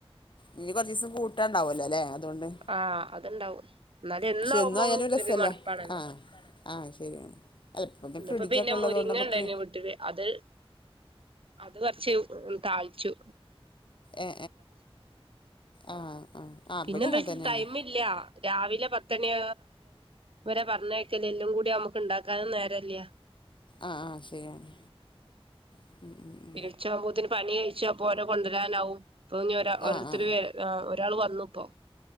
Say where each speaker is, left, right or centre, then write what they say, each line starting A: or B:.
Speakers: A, on the left (about 55°); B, on the right (about 65°).
A: ഇനി കൊറച്ചിസം പുട്ടാണ്ടാവല്ലോലെ അതുകൊണ്ടേ
B: ആഹ് അത്ണ്ടാവും എന്നാലും
A: പക്ഷെ
B: ആവുമ്പോളും
A: എന്നും ആയാലൊരു രസല്ല
B: ഒരു മടുപ്പാണല്ലോ
A: ആ ആ ശരിയാണ് അല്ല ഇപ്പം
B: ഇവിടിപ്പോ
A: ഫ്രിഡ്ജൊക്കെ
B: പിന്നെ
A: ഉള്ളത്
B: മുരിങ്ങയുണ്ടായിരുന്നെ
A: കൊണ്ട് നമുക്ക്
B: വീട്ടിലെ അത് അത് കൊറച്ച് താഴ്ിച്ചു
A: ഏ ആഹ് ആഹ് ആഹ്
B: പിന്നെ
A: ഇബടിം
B: എന്താ
A: അങ്ങനെ
B: വെച്ച
A: തന്നെയാണ്
B: ടൈമ ഇല്ല രാവിലെ പത്തണിയ ഇരെ പറഞ്ഞ കേക്കല് എല്ലും കൂടി നമുക്ക് ഉണ്ടാക്കാും നേരല്ല
A: ആ ആ ശരിാണ് <inaudible>
B: തീർച്ചാകുംപോതിന്. പണി കഴിച്ച അപ്പോൊ ഓോ കൊണ്ടുവരാനാവും ഇപ്പൊ ഇ ഒ ഓോത്തരു
A: ആഹ് ആഹ്
B: വ ഒരാൾ വന്നു ഇപ്പോൊ